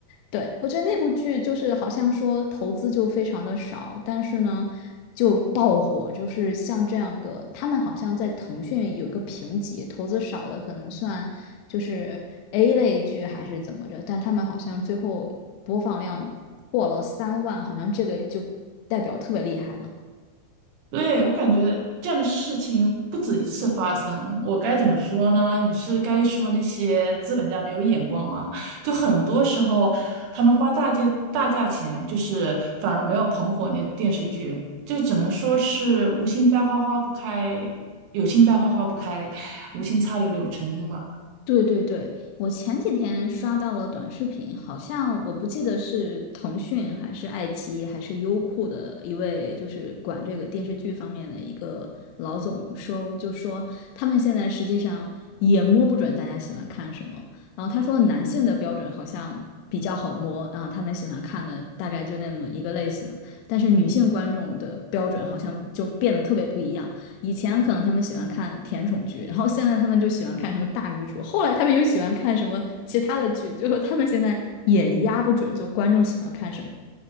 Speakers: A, on the left (about 80°); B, on the right (about 75°).
A: 对，我觉得那部剧就是好像说投资就非常的少，但是呢就爆火，就是像这样个，他们好像在腾讯有一个评级，投资少的可能算就是 A 类剧还是怎么着，但他们好像最后播放量破了三万，好像这个就代表特别厉害了。
B: 对，我感觉这样的事情不止一次发生，我该怎么说呢？你是该说那些资本家没有眼光吗？就很多时候，他们花大价大价钱，就是反而没有捧火那电视剧，就只能说是无心栽花花不开，有心栽花花不开，无心插柳柳成荫吧。
A: 对对对，我前几天刷到了短视频，好像我不记得是腾讯还是爱奇艺还是优酷的一位，就是管这个电视剧方面的一个老总说，就说他们现在实际上也摸不准大家喜欢看什么。然后他说男性的标准好像比较好摸，然后他们喜欢看的大概就那么一个类型，但是女性观众的标准好像就变得特别不一样。以前可能他们喜欢看甜宠剧，然后现在他们就喜欢看什么大女主，后来他们又喜欢看什么其他的剧，就是他们现在也压不准，就观众喜欢看什么。